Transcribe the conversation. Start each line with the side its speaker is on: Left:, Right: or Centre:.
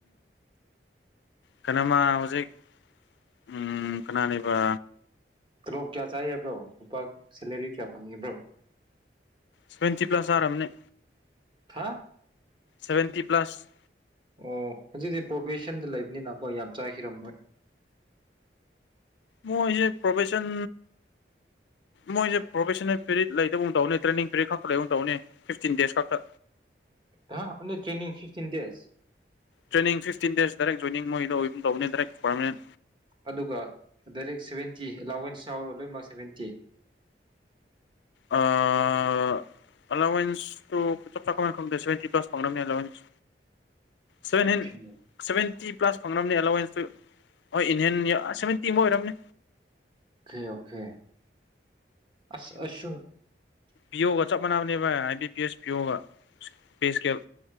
Left: ꯀꯅꯥꯃ ꯍꯧꯖꯤꯛ ꯎ ꯀꯅꯥꯅꯦꯕ
Right: ꯇꯣꯂꯣꯞ ꯀꯌꯥ ꯆꯥꯏꯌꯦꯕ꯭ꯔꯣ ꯂꯨꯄꯥ ꯁꯦꯂꯔꯤ ꯀꯌꯥ ꯐꯪꯉꯦꯕ꯭ꯔꯣ
Left: ꯁꯚꯦꯟꯇꯤ ꯄ꯭ꯂꯁ ꯆꯥꯔꯝꯅꯦ
Right: ꯍꯥ
Left: ꯁꯚꯦꯟꯇꯤ ꯄ꯭ꯂꯁ
Right: ꯑꯣ ꯍꯧꯖꯤꯛꯗꯤ ꯄ꯭ꯔꯣꯚꯦꯁꯟꯗ ꯂꯩꯕꯅꯤꯅꯀꯣ ꯌꯥꯝ ꯆꯥꯈꯤꯔꯝꯃꯣꯏ
Left: ꯃꯣꯏꯖꯦ ꯄ꯭ꯔꯣꯚꯦꯁꯟ ꯃꯣꯏꯁꯦ ꯄ꯭ꯔꯣꯚꯦꯁꯟꯅ ꯄꯤꯔꯤꯠ ꯂꯩꯇꯕꯒꯨꯝ ꯇꯧꯅꯤ ꯇ꯭ꯔꯦꯅꯤꯡ ꯄꯤꯔꯤꯠ ꯈꯛꯇ ꯂꯩꯕ ꯇꯧꯅꯤ ꯐꯤꯐꯇꯤꯟ ꯗꯦꯖ ꯈꯛꯇ
Right: ꯑꯍꯥ only training fifteen days
Left: training fifteen days direct joining ꯃꯣꯏꯗꯣ ꯑꯣꯏꯕꯒꯨꯝ ꯇꯧꯕꯅꯦ ꯗꯥꯏꯔꯦꯛ ꯄꯔꯃꯥꯅꯦꯟ
Right: ꯑꯗꯨꯒ ꯗꯥꯏꯔꯦꯛ ꯁꯚꯦꯟꯇꯤ ꯑꯦꯂꯥꯎꯋꯦꯟꯁ ꯌꯥꯎꯔ ꯂꯣꯏꯃꯛ ꯁꯚꯦꯟꯇꯤ
Left: ꯑꯥ ꯑꯦꯂꯥꯋꯦꯟꯁ ꯇꯣ ꯆꯞ ꯆꯥ ꯀꯃꯥꯏ ꯈꯪꯗꯦ ꯁꯚꯦꯟꯇꯤ ꯄ꯭ꯂꯁ ꯐꯪꯅꯕꯅꯦ ꯑꯦꯂꯥꯎꯋꯦꯟꯁ ꯁꯚꯦꯟ
Right: ꯑꯣꯀꯦ
Left: ꯍꯦꯟ ꯁꯚꯦꯟꯇꯤ ꯄ꯭ꯂꯥꯁ ꯐꯪꯅꯝꯅꯦ ꯑꯦꯂꯥꯎꯋꯦꯟꯁꯇꯨ ꯍꯣꯏ ꯏꯟ ꯍꯦꯟ ꯑ ꯁꯚꯦꯟꯇꯤꯃꯨꯛ ꯑꯣꯏꯔꯝꯅꯤ
Right: ꯑꯣꯀꯦ ꯑꯣꯀꯦ ꯑꯁ ꯑꯁꯁꯨ
Left: ꯄꯤꯌꯣꯒ ꯆꯞ ꯃꯥꯟꯅꯕꯅꯦꯕ ꯑꯥꯏ ꯕꯤ ꯄꯤ ꯑꯦꯁ ꯄꯤꯌꯣꯒ ꯁꯁ ꯄꯦ ꯁ꯭ꯀꯦꯜ